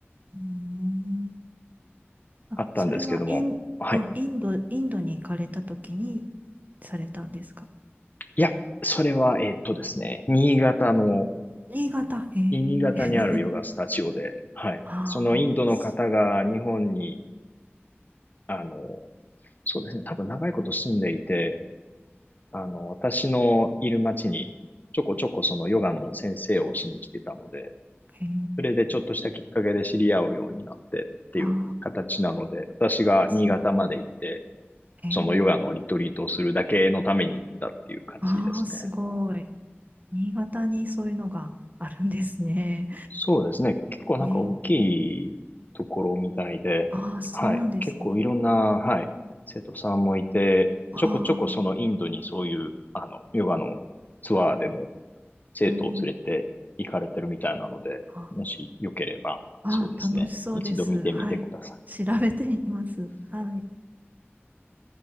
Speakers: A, on the right; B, on the left.
A: うーん。あ、
B: あったんですけども、
A: それはイン、
B: はい。
A: あ、インド、インドに行かれた時にされたんですか
B: いや、それは、えーっとですね、新潟の、
A: 新潟。へえ。
B: 新潟にあるヨガスタジオで、はい。
A: <laughs> ああ。
B: そのインドの方が日本に、あの、そうですね、多分長いこと住んでいて、あの、私のいる町に、ちょこちょこそのヨガの先生をしに来てたので、
A: へえ。
B: それでちょっとしたきっかけで知り合うようになってっていう形なので、
A: あ
B: 私が新潟まで行って、
A: ーすごい。えー、
B: そのヨガのリトリートをするだけのために行ったっていう感じですね。
A: ああ、すごい。新潟にそういうのがあるんですね。
B: そうですね。結構なんか大き
A: えー、えー
B: いところみたいで、
A: ああ、そうなんですね。
B: はい。結構いろんな、はい、生徒さんもいて、
A: ああ、
B: ちょこちょこそのインドにそういう、あの、ヨガのツアーでも生徒を連れて行かれてるみたいなので、
A: うん。あ
B: もしよければ、
A: ーあー、
B: そうですね。
A: 楽しそうです。
B: 一度見てみてくださ
A: はい。調べてみます。はい。